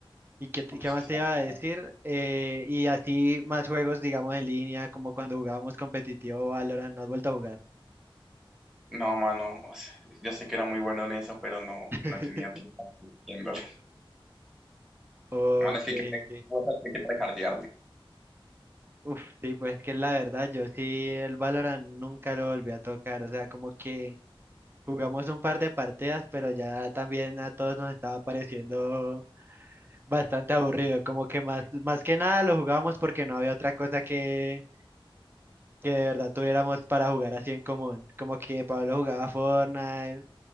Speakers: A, on the right; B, in the centre.
A: ¿Y qué, te-
B: Uf,
A: qué
B: es
A: más
B: que está...
A: te iba
B: pesado.
A: a decir? Eh, y así más juegos, digamos, en línea, como cuando jugábamos competitivo Valorant, ¿no has vuelto a jugar?
B: No, mano, o sea, yo sé que era muy bueno en eso, pero no,
A: <laughs>
B: no tenía tiempo haciéndolo. <laughs>
A: Ok,
B: Mano, es que hay que,
A: ok.
B: vos sabés que hay que tryhardearle.
A: Uf, sí, pues que la verdad, yo sí el Valorant nunca lo volví a tocar, o sea, como que jugamos un par de partidas, pero ya también a todos nos estaba pareciendo bastante aburrido, como que más, más que nada lo jugábamos porque no había otra cosa que, que de verdad tuviéramos para jugar así en común. Como que Pablo jugaba Fortnite